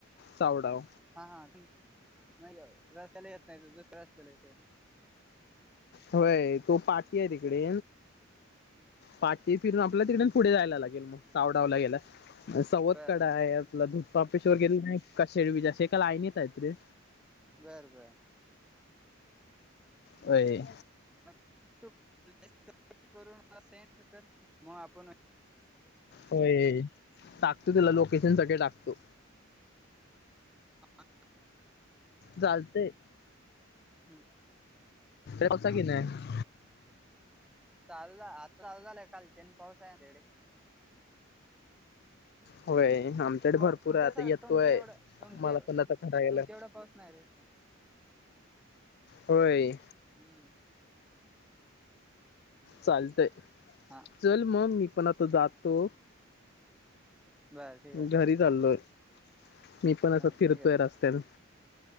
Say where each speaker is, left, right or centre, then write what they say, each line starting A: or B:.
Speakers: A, on the left (about 50°); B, in the centre.
A: सावडाव
B: हा हा <unintelligible> नाही रस्त्याला येत नाही दुसऱ्या रस्त्याला येतोय.
A: होय तो पाठी आहे तिकडे पाठी फिरून आपल्या तिकडे पुढे जायला लागेल मग चावडावला गेला. सावत
B: बर
A: कडा
B: बर
A: आहे आपला धू ऑफिसवर गेलो नाही का शेडबज असे एकालाईन येत आहेत रे
B: बर बर
A: व्हय
B: मग तू <unintelligible> कलेक्ट करून सेंड कर मग आपण
A: होय टाकतो तुला लोकेशन सगळे टाकतो
B: ह <unintelligible>
A: चालतंय
B: हम्
A: पावसा
B: हा
A: की नाही
B: चालला आता चालूझालं कालच्या आणि पाऊस आहे आमच्याकडे
A: होय
B: ते <unintelligible>
A: आमच्याकडे
B: तुमच्या
A: भरपूर आहे आता
B: सारखं
A: येतोय
B: तुमच्या एवढं तुमच्या,
A: मला पण आता करायला
B: तुमच्या एवढा पाऊस नाही रे इकडं. <inaudible>
A: होय.
B: हम्म
A: चालतय
B: हा
A: चल मग मी पण आता जातो.
B: बरं ठीक आहे
A: घरी चाललोय मी पण
B: मग
A: असं फिरतोय
B: ठीक आहे
A: रस्त्यावर <inaudible>